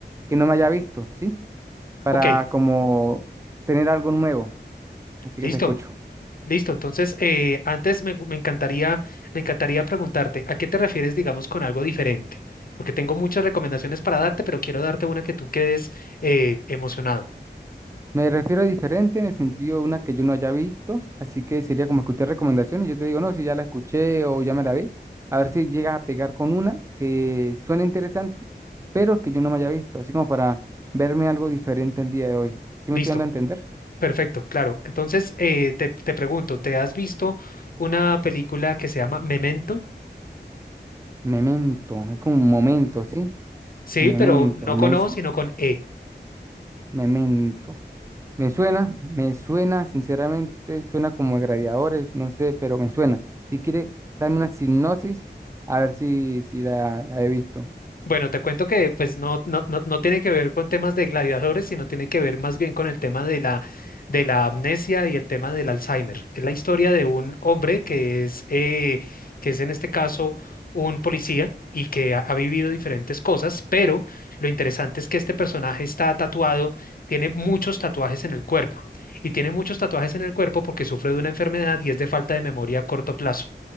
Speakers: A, on the right (about 15°); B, on the left (about 55°).
A: que no me haya visto, ¿sí? Para
B: ok,
A: como tener algo nuevo. Así
B: listo.
A: que te escucho.
B: Listo, entonces eh, antes me, gu- me encantaría, me encantaría preguntarte, ¿a qué te refieres, digamos, con algo diferente? Porque tengo muchas recomendaciones para darte, pero quiero darte una que tú quedes eh, emocionado.
A: Me refiero a diferente en el sentido de una que yo no haya visto, así que sería como escuchar recomendaciones. Yo te digo, no, si ya la escuché o ya me la vi, a ver si llegas a pegar con una que suena interesante, pero que yo no me haya visto, así como para verme algo diferente el día de hoy. ¿Sí
B: Listo,
A: me estoy dando a entender?
B: perfecto, claro. Entonces eh, te, te pregunto, ¿te has visto una película que se llama Memento?
A: Memento, es como un momento, ¿sí?
B: Sí,
A: Memento,
B: pero no
A: mes,
B: con O, sino con E.
A: memento. Me suena, me suena, sinceramente, suena como a gladiadores, no sé, pero me suena. Si quiere, dame una sinopsis, a ver si, si la, la he visto.
B: Bueno, te cuento que pues no, no, no, no tiene que ver con temas de gladiadores, sino tiene que ver más bien con el tema de la, de la amnesia y el tema del Alzheimer. Es la historia de un hombre que es, eh, que es en este caso un policía y que ha, ha vivido diferentes cosas, pero lo interesante es que este personaje está tatuado, tiene muchos tatuajes en el cuerpo y tiene muchos tatuajes en el cuerpo porque sufre de una enfermedad y es de falta de memoria a corto plazo.